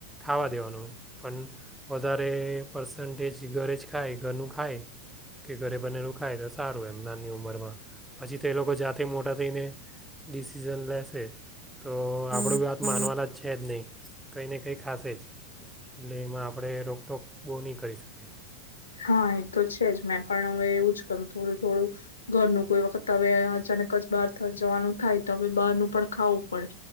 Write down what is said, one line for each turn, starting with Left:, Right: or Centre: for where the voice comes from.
Centre: ખાવા દેવાનું. પણ વધારે પર્સન્ટેજ ઘરે જ ખાય ઘરનું ખાય કે ઘરે બનેલું ખાય તો સારું એમ નાની ઉંમરમાં પછી તે એ લોકો જાતે મોટા થઈને ડિસિઝન લેશે તો આપણું બી વાત માનવાના જ છે જ નહીં કંઈ ને કંઈ ખાશે જ. એટલે એમાં આપણે રોકટોક બહુ નહીં કરી શકીએ.
Left: હા એ તો છે જ મેં પણ હવે એવું જ કરું થોડું થોડું ઘરનું કોઈ વખત હવે અચાનક જ બહાર થ જવાનું થાય તો હવે બહારનું પણ ખાવું પડે